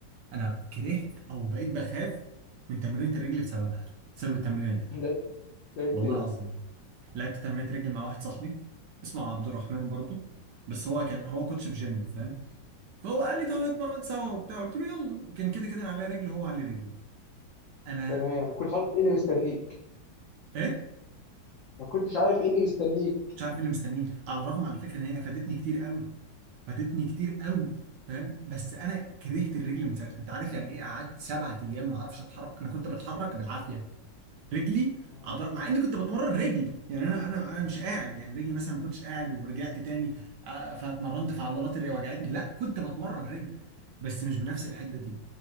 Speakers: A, on the right; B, on the left.
A: انا كرهت او بقيت بخاف من تمرينة الرجل بسببها بسبب التمرينه دي
B: <laughs> لعبت ايه؟ لعبت
A: والله
B: ايه
A: العظيم لعبت تمرينة رجل مع واحد صاحبي اسمه عبد الرحمن برضو بس هو كان هو كوتش في جيم فاهم فهو قال لي
B: تمام
A: تعالى نتمرن سوا وبتاع قلت له يلا وكان كده كده انا على رجل وهو على رجل انا
B: تمام ما كنتش عارف ايه اللي مستنيك
A: ايه
B: ما كنتش عارف ايه اللي مستنيك
A: مش عارف إيه اللي مستنيني على الرغم على فكره ان هي فادتني كتير قوي فادتني كتير قوي فاهم بس انا كرهت الرجل من ساعتها انت عارف يعني ايه قعدت سبعة ايام ما اعرفش اتحرك انا كنت بتحرك بالعافيه رجلي
B: مم.
A: عضل... مع اني كنت بتمرن رجل يعني انا انا انا مش قاعد يعني رجلي مثلا ما كنتش قاعد ورجعت تاني آه، فاتمرنت في عضلات اللي وجعتني لا كنت بتمرن رجل بس مش بنفس الحده دي